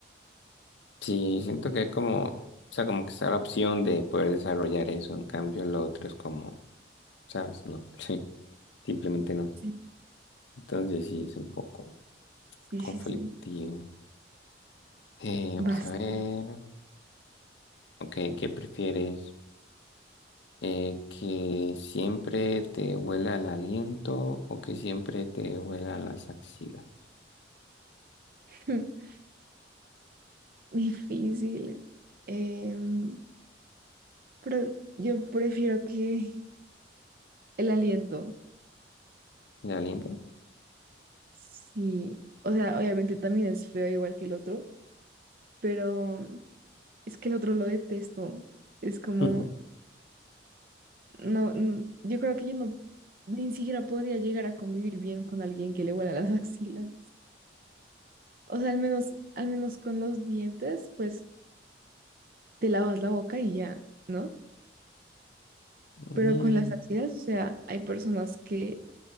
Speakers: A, on the left; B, on the right.
A: Sí, siento que hay como, o sea, como que está la opción de poder desarrollar eso, en cambio lo otro es como, ¿sabes? No, <laughs> sí, simplemente no.
B: Sí,
A: Entonces sí, es un poco
B: sí,
A: conflictivo.
B: sí. sí.
A: Eh, vamos
B: Bastante
A: a ver, ok, ¿qué prefieres? Eh, ¿que siempre te huela el aliento o que siempre te huela las axilas?
B: <laughs> difícil. Em, pero yo prefiero que El aliento,
A: ¿El aliento?
B: sí. O sea, obviamente también es feo igual que el otro, pero mm, es que el otro lo detesto. Es como,
A: <laughs>
B: no, n- yo creo que yo no, ni siquiera podría llegar a convivir bien con alguien que le huela las <laughs> axilas. O sea, al menos, al menos con los dientes, pues te lavas la boca y ya, ¿no?
A: Mm,
B: Pero con las axilas, o sea, hay personas que,